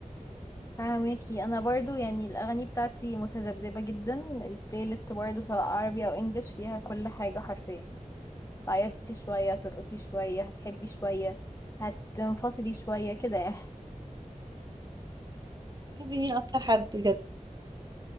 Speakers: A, on the left; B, on the right.
A: فاهمكي انا برضو يعني الاغاني بتاعتي متذبذبه جدا البلاي ليست برضو سواء عربي او انجليش فيها كل حاجه حرفيا تعيطي شويه ترقصي شويه هتحبي شويه هتنفصلي شويه كده يعني
B: بتحبي مين اكتر حد بجد